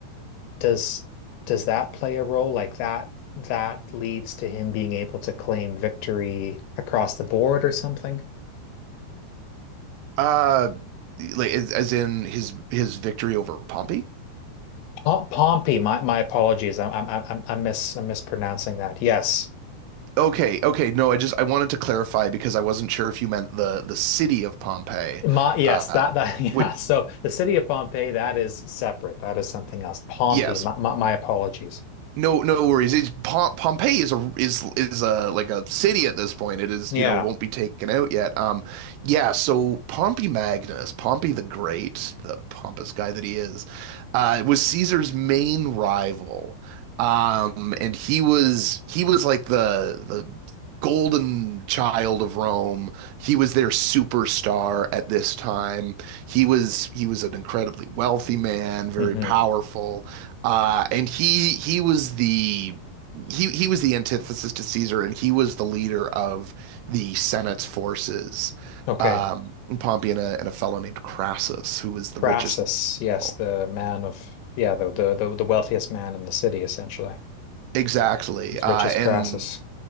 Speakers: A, on the left; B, on the right.
A: does does that play a role? Like that that leads to him being able to claim victory across the board or something?
B: Uh, like as, as in his his victory over Pompey?
A: Pom Pompey, my, my apologies. I'm I'm I'm I'm mis I'm mispronouncing that. Yes.
B: Okay, okay. No, I just I wanted to clarify because I wasn't sure if you meant the the city of Pompeii.
A: Ma, yes,
B: Uh,
A: that that <laughs> yeah.
B: would
A: So the city of Pompeii, that is separate. That is something else. Pompey.
B: yes,
A: My my, my apologies.
B: No, no worries. It's Pom Pompeii is a is is a like a city at this point. It is,
A: Yeah.
B: you know, won't be taken out yet. Um, yeah. So Pompey Magnus, Pompey the Great, the pompous guy that he is, uh, was Caesar's main rival. Um, and he was he was like the the golden child of Rome. He was their superstar at this time. He was he was an incredibly wealthy man, very
A: hmm
B: powerful. Uh, and he he was the he he was the antithesis to Caesar, and he was the leader of the Senate's forces.
A: Okay.
B: Um, Pompey and a, and a fellow named Crassus, who was the
A: Crassus.
B: richest man. in
A: Yes,
B: Rome.
A: the man of yeah, the, the the the wealthiest man in the city, essentially,
B: Exactly.
A: as
B: Uh,
A: rich as
B: and
A: Crassus.